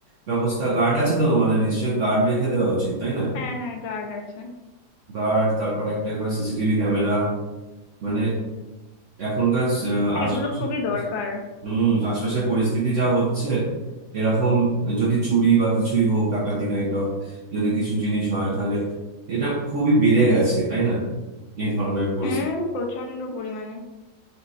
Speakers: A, on the right (about 65°); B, on the left (about 75°).
A: ব্যবস্থা গার্ড আছে তো তোমাদের নিশ্চয়ই গার্ড রেখে দেওয়া উচিত তাই না
B: হ্যাঁ হ্যাঁ গার্ড আছে
A: গার্ড তারপর একটা করে সিসিটিভি ক্যামেরা মানে এখনকার আ,
B: হ্যাঁ
A: আশপাশে
B: এগুলো খুবই দরকার
A: হম আশপাশের পরিস্থিতি যা হচ্ছে এরকম যদি চুরি বা কিছুই হোক ডাকাতি কাইন্ড অফ যদি কিছু জিনিস হয় তাহলে এটা খুবই বেড়ে গেছে তাই না এই ধরনের পরিস্থিতি
B: হুম প্রচন্ড পরিমাণে